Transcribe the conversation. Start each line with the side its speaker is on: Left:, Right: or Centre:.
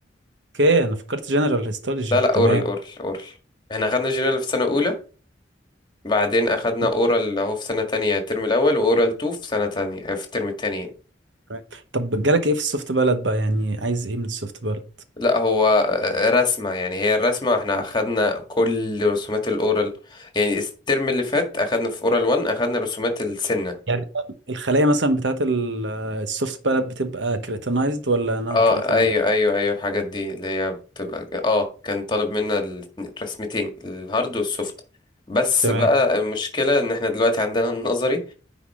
Right: اوكي انا فكرت جنرال هيستولوجي
Left: لا لا
Right: تمام
Left: اورال اورال اورال احنا اخدنا جنرال في سنة اولى بعدين اخدنا
Right: تمام
Left: اورال اهو في سنة تانية الترم الاول واورال 2 في سنة تانية آه، في الترم التاني يعني.
Right: right. طب جالك ايه في السوفت بلد بقى يعني عايز ايه من السوفت بلد
Left: لا هو آه، رسمة يعني هي الرسمة احنا اخدنا كل رسومات الاورال يعني الترم اللي فات اخدنا في اورال 1 اخدنا رسومات السنة
Right: يعني الخلايا مثلا بتاعت ال- السوفت بلد بتبقى كريتينايزد ولا نون
Left: اه
Right: كريتينايزد
Left: ايوه ايوه ايوه الحاجات دي اللي هي بتبقى اه كان طالب منا الاتنين- الرسمتين الهارد والسوفت بس
Right: تمام
Left: بقى المشكلة ان احنا دلوقتي عندنا النظري